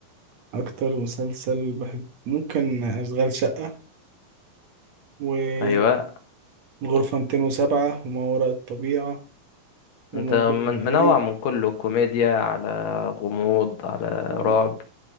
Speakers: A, on the right; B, on the left.
A: اكتر مسلسل بحب ممكن اشغال شقه وغرفه
B: أيوة
A: 207 وما وراء الطبيعه وموضوع
B: أنت من-
A: عائلي
B: منوع من كله كوميديا على غموض على
A: اه
B: رعب